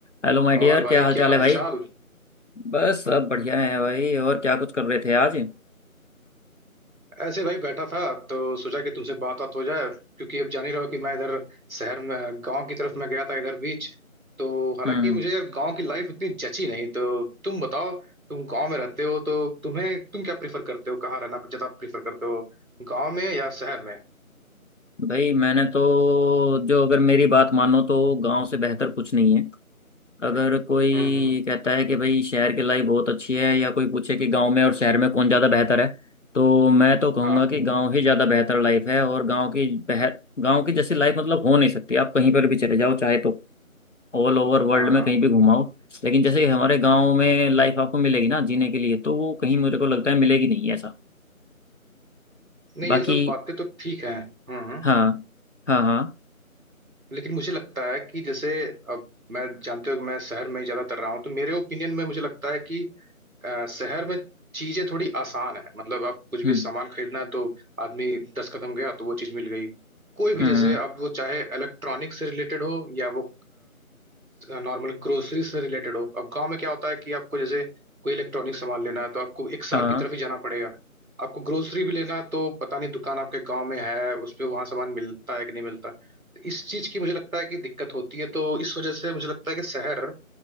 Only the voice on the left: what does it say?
Hello my dear
क्या हाल
चाल
है भाई बस सब बढ़िया है भाई और क्या कुछ कर रहे थे आज
हम्म
भाई मैंने तो जो अगर मेरी बात मानो तो गांव से बेहतर कुछ नहीं है अगर कोई ये
कहता है कि भाई शहर की लाइफ बहुत अच्छी है या कोई पूछे कि गांव में और शहर में कौन ज़्यादा बेहतर है तो मैं तो कहूँगा
कि गांव ही ज़्यादा बेहतर लाइफ है और गांव की बेह गांव की जैसी लाइफ मतलब हो नहीं सकती आप कहीं पर भी चले जाओ चाहे तो ऑल ओवर वर्ल्ड
में कहीं भी घुमाओ लेकिन जैसे हमारे गांव में लाइफ आपको मिलेगी ना जीने के लिए तो वो कहीं मेरे को लगता है मिलेगी नहीं ऐसा
बाकी
हाँ हाँ हाँ
हम्म
हम्म
हाँ